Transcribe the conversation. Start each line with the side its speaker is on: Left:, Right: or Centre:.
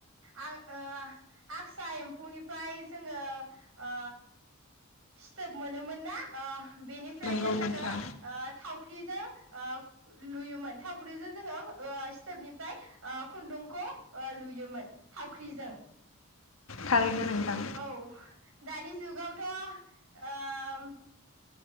Right: आगसा एम्फौनिफ्राय जोङो ओ सिथोब मोनोमोन ना बेनिफ्रायनो
Left: नंगौ
Right: जोङो
Left: नोंथां
Right: ओ थावख्रिजों लुयोमोन थावख्रिजों जोङो सिथोबनिफ्राय खुन्दुंखौ लुयोमोन थावख्रिजों
Left: थारैनो नोंथां
Right: औ दानि जुगावथ ओ